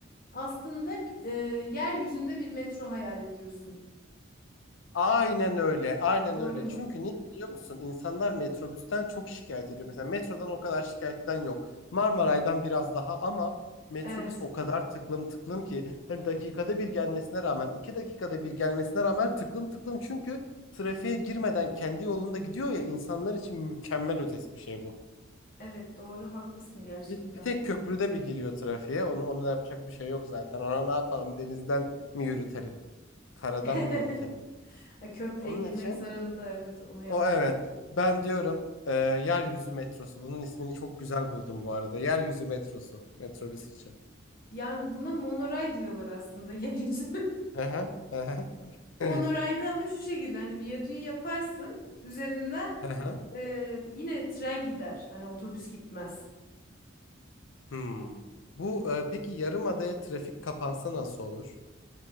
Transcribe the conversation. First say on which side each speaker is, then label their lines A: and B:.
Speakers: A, on the left; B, on the left.
A: aslında e, yeryüzünde bir metro hayal ediyorsun.
B: Aynen öyle, aynen
A: Doğru
B: öyle.
A: mu?
B: Çünkü niye biliyor musun? İnsanlar metrobüsten çok şikayet ediyor. Mesela metrodan o kadar şikayet eden yok. Marmaray'dan biraz daha ama metrobüs
A: Evet.
B: o kadar tıklım tıklım ki hani dakikada bir gelmesine rağmen, iki dakikada bir gelmesine rağmen tıklım tıklım çünkü trafiğe girmeden kendi yolunda gidiyor ya insanlar için mükemmel ötesi bir şey bu.
A: Evet doğru haklısın gerçekten.
B: Bir, bir tek köprüde bir giriyor trafiğe. Onu, onu da yapacak bir şey yok zaten. Ona ne yapalım? Denizden mi yürütelim? Karadan
A: <laughs>
B: mı yürütelim?
A: Ha, Köprüye
B: Onun
A: girmek
B: için
A: zorunda evet onu yapacak.
B: O evet.
A: bir şey yok.
B: Ben diyorum e, yeryüzü metrosu. Bunun ismini çok güzel buldum bu arada. Yeryüzü metrosu. Metrobüs için.
A: Yani buna monoray diyorlar aslında <laughs> yeryüzü.
B: Hı hı, hı hı.
A: Monorayda
B: <laughs>
A: ama şu şekilde hani viyadüğü yaparsın üzerinden
B: Hı hı.
A: e, yine tren gider. Hani otobüs gitmez.
B: Hmm. Bu e, peki yarımadaya trafik kapansa nasıl olur?